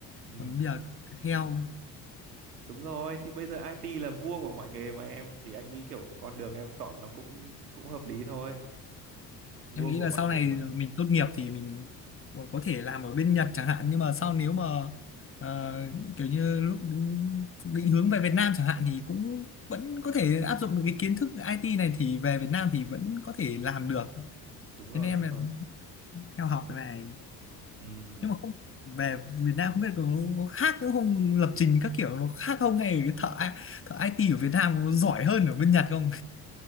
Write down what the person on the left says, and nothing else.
còn bây giờ cứ theo
em nghĩ
là
sau
này
mình tốt nghiệp thì mình có có thể làm ở bên Nhật chẳng hạn nhưng mà sau nếu mà ờ, kiểu như lúc định định hướng về Việt Nam chẳng hạn thì cũng vẫn có thể áp dụng được cái kiến thức IT này thì về Việt Nam thì vẫn có thể làm được
thế nên em
là
theo học cái này
nhưng mà không về Việt Nam không biết có, có khác nữa không lập trình các kiểu nó khác không hay là cái thợ thợ IT ở Việt Nam nó giỏi hơn ở bên Nhật không